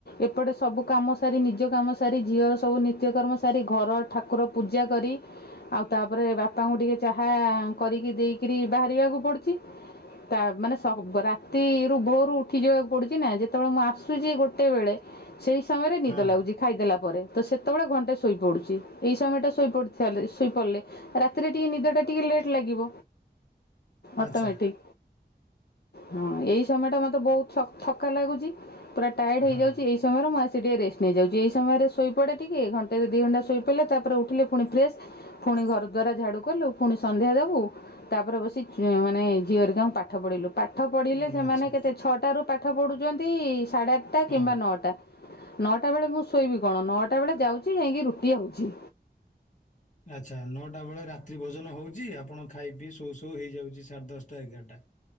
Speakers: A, on the left; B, on the left.
A: ଏପଟେ ସବୁ କାମ ସାରି ନିଜ କାମ ସାରି ଝିଅର ସବୁ ନିତ୍ୟକର୍ମ ସାରି ଘର ଠାକୁର ପୂଜା କରି ଆଉ ତା ତାପରେ ବାପାଙ୍କୁ ଟିକେ ଚାହା କରିକି ଦେଇକିରି ବାହାରିବାକୁ ପଡୁଚି। ତା ମାନେ ସବ ରାତିରୁ ଭୋରୁ ଉଠି ଯିବାକୁ ପଡୁଚି ନା ଯେତେବେଳେ ମୁଁ ଆସୁଚି ଗୋଟେ ବେଳେ ସେଇ ସମୟରେ ନିଦ
B: ହଁ
A: ଲାଗୁଚି ଖାଇଦେଲା ପରେ। ତ ସେତେବେଳେ ଘଣ୍ଟେ ଶୋଇପଡୁଚି ଏଇ ସମୟଟା ଶୋଇପଡି ସାରି ଶୋଇପଡିଲେ ରାତିରେ ଟିକେ ନିଦଟା ଟିକେ ଲେଟ୍ ଲାଗିବ
B: ଆଚ୍ଛା
A: ଅଟମେଟିକ। ହଁ ଏଇ ସମୟ ଟା ମତେ ବୋହୁ ତ ଥକା ଲାଗୁଚି। ପୁରା ଟାୟାଡ
B: ହଁ
A: ହେଇଯାଉଚି ଏଇ ସମୟରେ ମୁଁ ଆସି ସେ ଟିକେ ରେଷ୍ଟ ନେଇଯାଉଚି। ଏଇ ସମୟରେ ଶୋଇ ପଡେ ଟିକେ। ଘଣ୍ଟେ ରୁ ଦି ଘଣ୍ଟା ଶୋଇପଡିଲେ ତାପରେ ଉଠିଲେ ପୁଣି ଫ୍ରେସ୍ ଫୁଣି ଘର ଦ୍ବାର ଝାଡୁ କଲୁ। ଫୁଣି ସନ୍ଧ୍ୟା ଦୋବୁ ତାପରେ ବସି ଝି ମାନେ ଝିଅ ହେରିକାଙ୍କୁ ପାଠ ପଢେଇଲୁ। ପାଠ ପଢିଲେ
B: ଉଁ,
A: ସେମାନେ
B: ଆଚ୍ଛା
A: କେତେ ଛଅଟା ରୁ ପାଠ ପଢୁଚନ୍ତି ସାଢେ ଆଠଟା
B: ହଁ
A: କିମ୍ବା ନଅଟା। ନଅଟା ବେଳେ ମୁଁ ଶୋଇବି କଣ ନଅଟା ବେଳେ ଯାଉଚି ଯାଁଇକି ରୁଟି ହୋଉଚି।
B: ଆଚ୍ଛା ନଅଟା ବେଳେ ରାତ୍ରି ଭୋଜନ ହୋଉ ଚି ଆପଣ ଖାଇ ପିଇ ଶୋଉ ଶୋଉ ହେଇଯାଉଚି ସାଢେ ଦଶଟା ଏଗାରଟା।